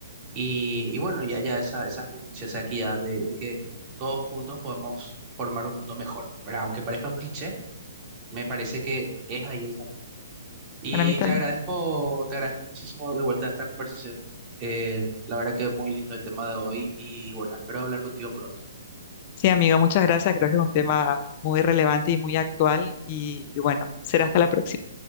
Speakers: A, on the right (about 30°); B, on the left (about 40°).
A: y, y bueno, y haya esa, esa justicia, esa equidad de, de que todos juntos podemos formar un mundo mejor, ¿verdad? Aunque parezca un cliché, me parece que es ahí el camino. Y
B: para mí también.
A: te agradezco, te agradezco muchísimo de vuelta a esta conversación. Eh, la verdad que es muy lindo el tema de hoy y bueno, espero hablar contigo pronto.
B: Sí, amigo, muchas gracias. Creo que es un tema muy relevante y muy actual. y y bueno, será hasta la próxima.